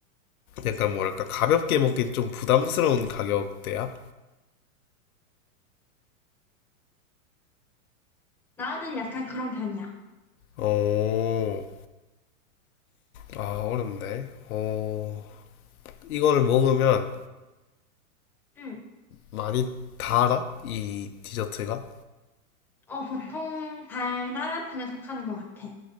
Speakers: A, on the left (about 85°); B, in the centre.
A: 약간 뭐랄까 가볍게 먹긴 좀 부담스러운 가격대야.
B: 나는 약간 그런 편이야.
A: 어, 아, 어렵네. 어, 이거를 먹으면
B: 음,
A: 많이 달아? 이 디저트가?
B: 어, 보통 달달한 편에 속하는 것 같아.